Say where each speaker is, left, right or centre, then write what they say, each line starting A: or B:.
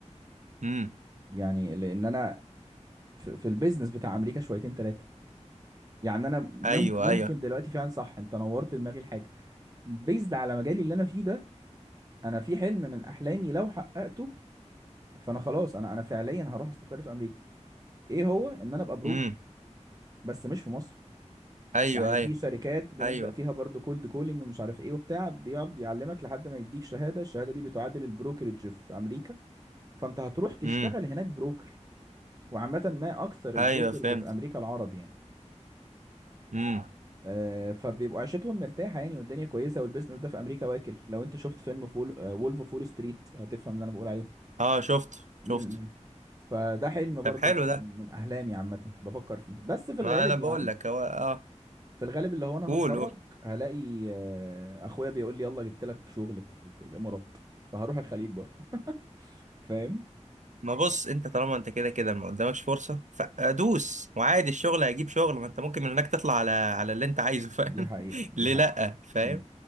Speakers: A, on the right; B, on the right.
A: امم
B: يعني لان انا في, في البيزنس بتاع امريكا شويتين ثلاثه يعني انا ممكن
A: ايوه
B: ممكن
A: ايوه
B: دلوقتي فعلا صح انت نورت دماغي الحاجه بيزد على مجالي اللي انا فيه ده انا في حلم من احلامي لو حققته فانا خلاص انا انا فعليا هروح استقر في امريكا ايه هو ان انا ابقى بروكر
A: امم
B: بس مش في مصر
A: ايوه
B: يعني
A: ايوه
B: في شركات بنبدا
A: ايوه
B: فيها برضو كولد كولينج ومش عارف ايه وبتاع بيقعد يعلمك لحد ما يديك شهاده الشهاده دي بتعادل البروكرج في امريكا فانت هتروح تشتغل
A: امم
B: هناك بروكر وعامه ما اكثر
A: ايوه
B: البروكرز
A: فهمت
B: في امريكا العرب يعني
A: امم
B: آه، فبيبقوا عيشتهم مرتاحه يعني والدنيا كويسه والبيزنس ده في امريكا واكل لو انت شفت فيلم فول وولف اوف وول ستريت هتفهم اللي انا بقول عليه
A: اه شفت شفت
B: م- م. فده حلم برضو
A: طب حلو
B: من
A: ده
B: من من احلامي عامه بفكر فيه بس في الغالب
A: ما انا بقول
B: يعني
A: لك هو اه
B: في الغالب اللي هو انا
A: قول
B: هتخرج
A: قول
B: هلاقي آه، اخويا بيقول لي يلا جبت لك شغل في, في الامارات فهروح الخليج برضو <laughs> فاهم
A: ما بص انت طالما انت كده كده ما قدامكش فرصة فادوس وعادي الشغل هيجيب شغل ما انت ممكن من هناك تطلع على على اللي انت عايزه فاهم
B: دي حقيقة
A: <laughs>
B: دي
A: ليه
B: حقيقة
A: لأ فاهم
B: امم